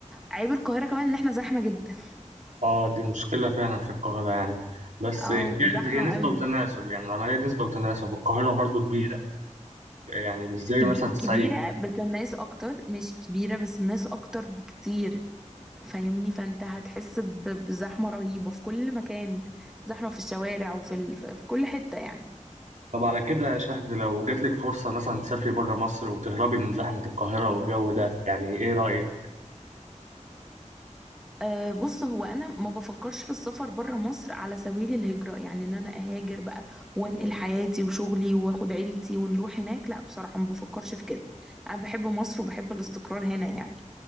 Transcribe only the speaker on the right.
آه دي مشكلة فعلا في القاهرة يعني بس
هي
هي نسبة
وتناسب يعني العملية نسبة وتناسب القاهرة برضو كبيرة يعني مش زي
مثلا الصعيد
طب على كده يا شهد لو جاتلك فرصة مثلا تسافري بره مصر وتهربي من زحمة القاهرة والجو ده يعني إيه رأيك؟